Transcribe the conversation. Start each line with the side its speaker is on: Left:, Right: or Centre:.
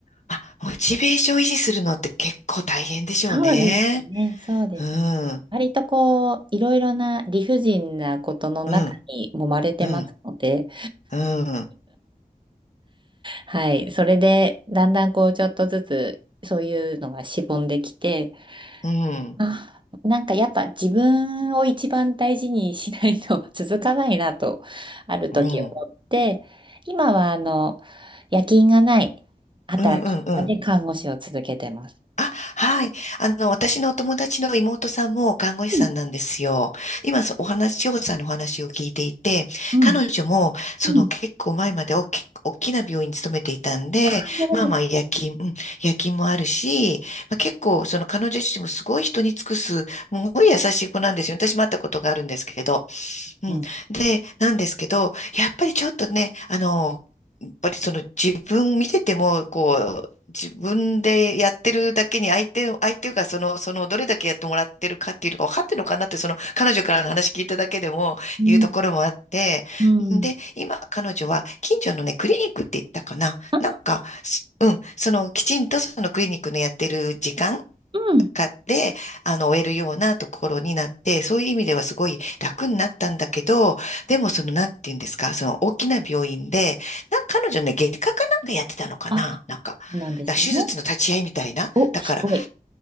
Left: あ、モチベーション維持するのって結構大変でしょうね。
Right: そうですね、そうですね。
Left: うん、
Right: 割とこう、いろいろな理不尽なことの中に揉まれてますので、
Left: うん、うん、うん、
Right: はい。それで、だんだんこう、ちょっとずつ、そういうのがしぼんできて、
Left: うん、うん、
Right: あ、なんかやっぱ自分を一番大事にしないと <laughs> 続かないなと、ある時思って、
Left: うん、
Right: 今はあの、夜勤がない働き方で看護師を続けてます。
Left: うん、うん。あ、はい。あの、私のお友達の妹さんも看護師さんなんですよ。
Right: うん、
Left: 今、そお話、千穂さんのお話を聞いていて、
Right: うん、
Left: 彼女も、その結構前まで大き、
Right: うんうん。うん
Left: 大きな病院に勤めていたんで、
Right: なるほど。
Left: まあまあ夜勤、うん夜勤もあるし、まあ、結構、その彼女自身もすごい人に尽くす、すごい優しい子なんですよ。私も会ったことがあるんですけど。うん。
Right: うん。
Left: で、なんですけど、やっぱりちょっとね、あの、やっぱりその自分見てても、こう、自分でやってるだけに相手を、相手がその、その、どれだけやってもらってるかっていうのが分かってるのかなって、その、彼女からの話聞いただけでも言うところもあって、
Right: うん。うん
Left: で、今、彼女は近所のね、クリニックって言ったかな。
Right: あ、
Left: なんか、すうん、その、きちんとそのクリニックのやってる時間
Right: うん。
Left: かで、あの、終えるようなところになって、そういう意味ではすごい楽になったんだけど、でもその、なんて言うんですか、その大きな病院で、なんか彼女ね、外科かなんかやってたのかななんか、
Right: あ、
Left: だか
Right: そうなんですね。
Left: ら手術の立ち会いみたいな。
Right: お、
Left: だから、
Right: すごい。